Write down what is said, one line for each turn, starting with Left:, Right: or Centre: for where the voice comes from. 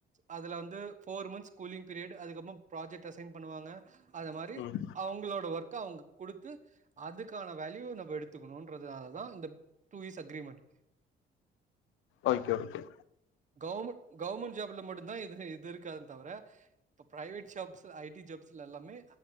Right: அதுல வந்து ஃபோர் மந்த்ஸ் கூலி்ங் பீரியட் அதுக்கப்புறமா ப்ராஜெக்ட் அசைன் பண்ணுவாங்க அத மாரி
Left: ம்
Right: அவங்களோட ஒர்க் க அவுங்க குடுத்து அதுக்கான வேல்யூ நம்ம எடுத்துக்கணுன்றதுனாலதா இந்த two years agreement
Left: okay okay
Right: government government ஜாப்ல மட்டுதா இது இது இருக்காது தவர பிரைவெட் ஜாப்ஸ் ஐடி ஜாப்ஸ்ல எல்லாமே